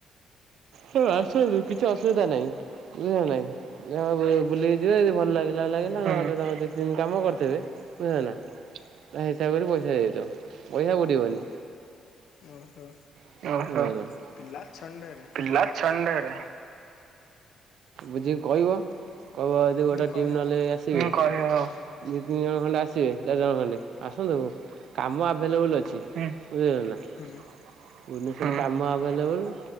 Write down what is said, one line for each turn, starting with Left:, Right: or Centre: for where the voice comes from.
Right: ହଁ ଆସନ୍ତୁ କିଛି ଅସୁବିଧା ନାଇଁ ବୁଝିଲ ନା ନାଇଁ? ଯାହା ହବ ବୁଲିବେ ବୁଲିକି ଯିବେ <unintelligible> ଭଲ ଲାଗିଲା ଲାଗିଲା
Left: ହୁଁ
Right: ନହେଲେ ତମେ ଯେତିକି ଦିନ କାମ କରିଥିବେ ବୁଝିଲେ ନା ତା ହିସାବ କରି ପଇସା ଦେଇଦବ ପଇସା ବୁଡ଼ିବନି।
Left: ଓହୋ।
Right: <unintelligible>
Left: ପିଲା ଛଣ୍ଡେରେ।
Right: ପିଲା ଛଣ୍ଡେରେ ବୁଝିକି କହିବ। କହିବ ଯଦି
Left: ହୁଁ
Right: ଗୋଟେ
Left: କହିବା
Right: ଟିମ୍ ନହେଲେ
Left: ଆଉ
Right: ଆସ ହୁଁ କହିବା ଆଉ ଦି ତିନି ଜଣ ଖଣ୍ଡେ ଆସିବେ ଚାରି ଜଣ ଖଣ୍ଡେ ଆସନ୍ତୁ। କାମ ଆଭେଲେବୁଲ ଅଛି ହୁଁ ବୁଝିଲ ନା।
Left: ହୁଁ
Right: ଭୁବନେଶ୍ବର କାମ ଆଭେଲେବୁଲ।